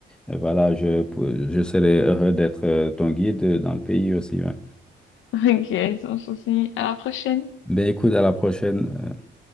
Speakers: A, in the centre; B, on the left (about 80°).
A: euh, voilà, je, pou- je serai heureux d'être euh, ton guide dans le pays aussi. ouais.
B: Ok, sans souci. À la prochaine.
A: Ben écoute, à la prochaine. euh,